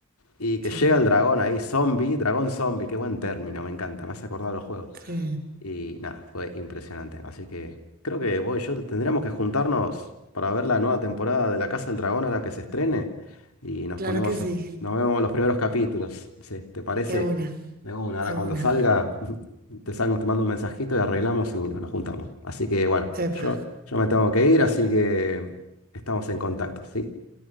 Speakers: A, on the left; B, on the right.
A: Y que
B: sí,
A: llega el dragón ahí, zombie, dragón zombie, qué buen término, me encanta, me hace acordar a los juegos.
B: sí,
A: Y nada, fue impresionante. Así que creo que vos y yo tendríamos que juntarnos para ver la nueva temporada de La Casa del Dragón ahora que se estrene. Y nos
B: claro
A: ponemos,
B: que sí,
A: a- nos vemos los primeros capítulos. Sí, ¿te parece?
B: de una,
A: De una, ahora
B: de
A: cuando
B: una.
A: salga, <laughs> te salgo, te mando un mensajito y arreglamos y nos juntamos. Así que bueno,
B: Epa,
A: yo, yo me tengo que ir, así que estamos en contacto, ¿sí?